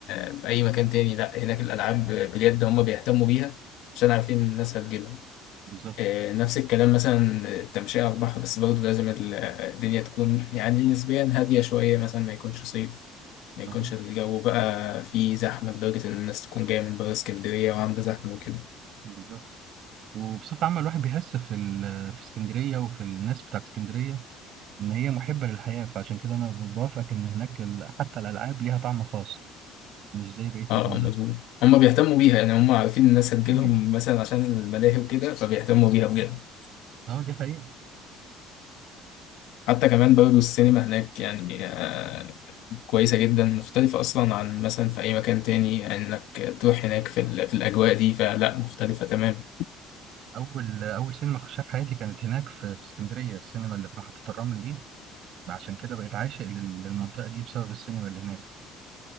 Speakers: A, on the left; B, on the right.
A: آه، في اي مكان تاني لا هناك الالعاب بجد هم بيهتموا بيها عشان عارفين الناس هتجيلهم
B: بالظبط
A: آه، نفس الكلام مثلا التمشية على البحر بس برضه لازم ال- الدنيا تكون يعني نسبيا هادية شوية مثلا ما يكونش صيف ما يكونش
B: اه
A: الجو بقى فيه زحمة لدرجة إن الناس تكون جاية من بره اسكندرية وعاملة زحمة وكده
B: بالظبط وبصفة عامة الواحد بيحس في ال... في اسكندرية وفي الناس بتاعت اسكندرية إن هي محبة للحياة فعشان كده أنا بوافقك إن هناك ال... حتى الألعاب ليها طعم خاص مش زي بقية
A: اه
B: المدن
A: آه، مظبوط هما بيهتموا بيها يعني هما عارفين الناس هتجيلهم
B: <clears throat>
A: مثلا عشان الملاهي وكده فبيهتموا بيها بجد
B: اه دي حقيقة
A: حتى كمان برضه السينما هناك يعني آه، كويسة جدا مختلفة أصلا عن مثلا في أي مكان تاني يعني إنك تروح هناك في, ال- في الأجواء دي فلا مختلفة تماما
B: أول أول سينما خشها في حياتي كانت هناك في... في اسكندرية السينما اللي في محطة الرمل دي عشان كده بقيت عاشق لل... للمنطقة دي بسبب السينما اللي هناك